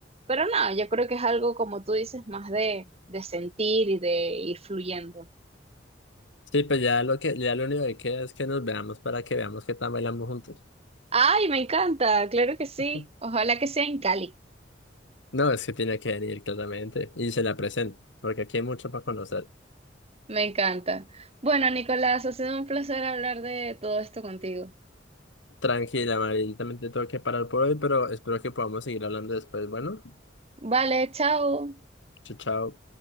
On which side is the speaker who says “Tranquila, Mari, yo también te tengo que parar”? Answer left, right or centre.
Left